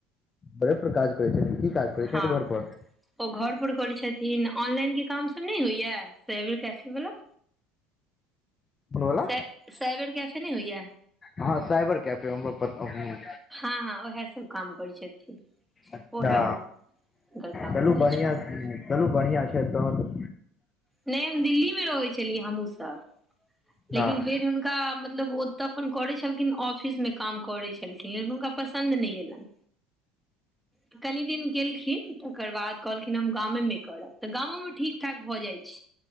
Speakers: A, on the left; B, in the centre.
A: बड़े पर काज करै छैत, की काज करै
B: हँ
A: छैत घर पर?
B: ओ घर पर करै छथिन, ऑनलाइन के काम सब नहि होइया साइबर कैफे वला?
A: कून बला?
B: साइबर कैफे नहि होइया
A: हँ, साइबर कैफे हमरो पता, हम्म।
B: हँ हँ उएह सब काम करै छथिन
A: अता,
B: ओएह हुनकर काम
A: चलू
B: रहै
A: बढ़िआं-चलू
B: छै
A: बढ़ियां छै तहन।
B: नैय हम दिल्ली में रहै छलियै हमहुँ सब, लेकिन
A: हँ ह
B: फेर हुनका मतलब ओ तऽ अपन करै छलखिन ऑफिस मे काम करै छलखिन, लेकिन हुनका पसन्द नहि एलनि। ह कनी दिन गेलखिन, तकर बाद कहलखिन हम गामे मे करब, तऽ गामो में ठीक ठाक भऽ जाइ छै